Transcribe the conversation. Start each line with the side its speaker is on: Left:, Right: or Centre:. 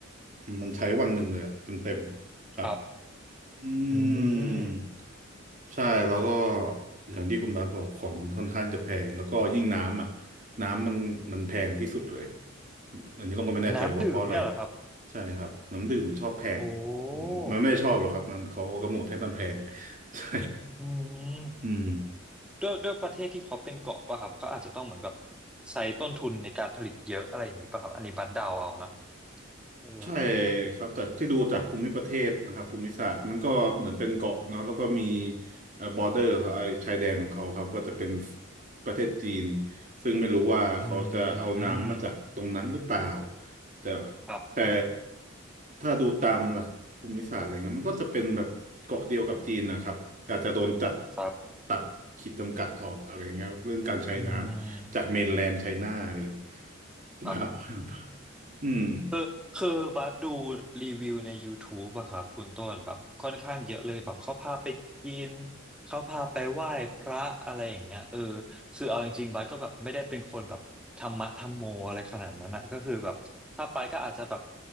Right: มันใช้วันหนึ่งเลยอะเต็มเต็มครับ
Centre: ครับ
Right: อืม
Centre: อืม
Right: ใช่แล้วก็อย่างที่คุณบาสบอกของมันค่อนข้างจะแพงแล้วก็ยิ่งน้ำอ่ะน้ำมันมันแพงที่สุดเลยอันนี้ต้องก็ไม่แน่ใจว่าเพราะอะไร
Centre: น้ำดื่มเนี่ยเหรอครับ
Right: ใช่ครับน้ำดื่มมันชอบแพงอืมมันไม่ได้ชอบหรอกครับมันเขาก็กำหนดให้มันแพง
Centre: โอ้
Right: <laughs> ใช่
Centre: อืม
Right: อืม
Centre: ด้วยด้วยประเทศที่เขาเป็นเกาะป่ะครับ เขาอาจจะต้องเหมือนแบบใช้ต้นทุนในการผลิตเยอะอะไรอย่างนี้ป่ะครับ อันนี้บัดเดาเอานะเออ
Right: ใช่ครับแต่ที่ดูจากภูมิประเทศนะครับภูมิศาสตร์มันก็เหมือนเป็นเกาะเนาะแล้วก็มีเอ่อบอร์เดอร์ครับไอ้ชายแดนของเขาครับก็จะเป็นประเทศจีนซึ่งไม่รู้ว่าเขาจะเอาน้ำมาจากตรงนั้นหรือเปล่า
Centre: อืม
Right: แต่
Centre: ครับ
Right: แต่ถ้าดูตามหลักภูมิศาสตร์อะไรเงี้ยมันก็จะเป็นแบบเกาะเดียวกับจีนนะครับแต่อาจจะโดนจัด
Centre: ครับ
Right: ตัดขีดจำกัดออกอะไรเงี้ยครับเรื่องการใช้น้ำจากเมนแลนด์ไชน่าอะไรอย่างเงี้ย
Centre: อืม
Right: <laughs> หรือเปล่าครับ
Centre: ครับ
Right: อืม
Centre: คือคือบัสดูรีวิวใน YouTube อะครับคุณต้นแบบค่อนข้างเยอะเลยแบบเขาพาไปกินเขาพาไปไหว้พระอะไรอย่างเงี้ยเออคือเอาจริงๆบัสก็แบบไม่ได้เป็นคนแบบธรรมะธรรมโมอะไรขนาดนั้นนะก็คือแบบถ้าไปก็อาจจะแบบ